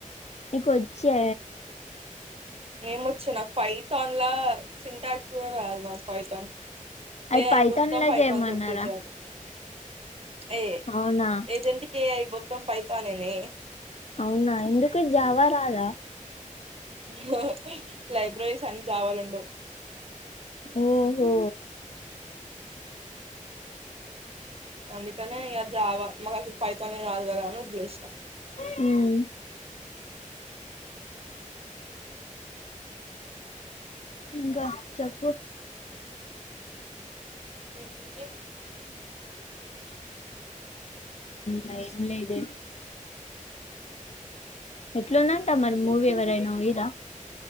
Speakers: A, on the left; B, on the right.
A: నీకొచ్చే
B: ఏమొచ్చే నాక్ పైథాన్లా చింటాక్స్ కూడా రాదు నాకు పైథాన్
A: అది
B: ఏఐ
A: పైథాన్
B: మొత్తం
A: లో
B: ఫైతాన్
A: చేయమన్నారా
B: తోటే చేయాలి. ఏ
A: అవునా
B: ఏజెంట్క్ ఏఐ మొత్తం పైథానేనే
A: అవునా ఎందుకు జావా రాదా?
B: నో లైబ్రరీస్ అన్ని జావాలుండవ్
A: ఓహో
B: అందుకనే ఇగ జావ మాక్ అసల్ పైథానే రాదు గదా అన్ వద్లేసినం.
A: హ్మ్ ఇంకా చెప్పు
B: ఏమిటి
A: భయం లేదే ఎట్లుందంట మరి మూవీ ఎవరైనా పోయింన్ర